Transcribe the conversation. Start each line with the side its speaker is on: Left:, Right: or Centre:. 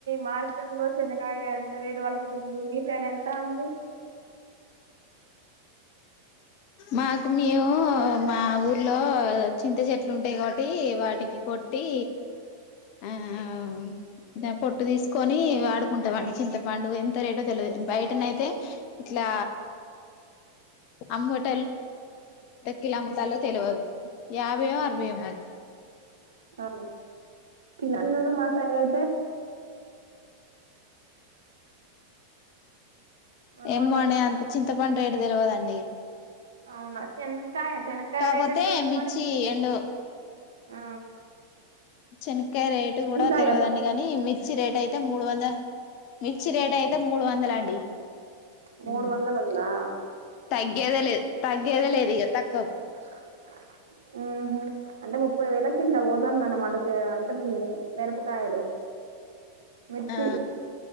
Right: మార్కెట్ లో చింతకాయ ఎంత రేటు పలగుతుంది మీ సైడ్ ఎంత అండి <inaudible>
Left: మాకు మేము మా ఊర్లో చింత చెట్లు ఉంటాయి కాబట్టి కొట్టి వాటికి కొట్టి ఆ ఆ మ్ పొట్టు తీస్కోని వాడుకుంటమండి చింతపండు ఎంత రేటో తెలియదు బయటనైతే ఇట్లా అమ్ముట్ కిలమ్ముతాల్లో తెలవుదు యాబైయొ అరవైయొ మరి
Right: ఆ కిలోన్నరు మా సైడ్ అయితే రెండు
Left: ఎమ్మొనే
Right: వందలు రూపాయలు.
Left: అంత చింతపండు రేటు తెలవదండి
Right: అవునా చెనకాయ చెనకాయ
Left: కాపోతే
Right: రేట్ ఎట్లుంది
Left: మిర్చి
Right: మరి
Left: ఎండు
Right: ఆ
Left: చెనకాయ రేటు
Right: పంచకాయ
Left: కూడా తెలవదండి
Right: పంచ
Left: కాని మిర్చి రేటు అయితే మూడు వందల మిర్చి రేట్ అయితే మూడు వందలు అండి
Right: మూడు
Left: ఉహు
Right: వందలు ఉందా
Left: తగ్గేదే లేదు తగ్గేదె లేదు ఇగ త
Right: <inaudible> ఉహూ అంటే ముప్పై వేల కింటాల్ పోతందన్నమాట చే అంటే మే మిరపకాయలు మిర్చి
Left: ఆ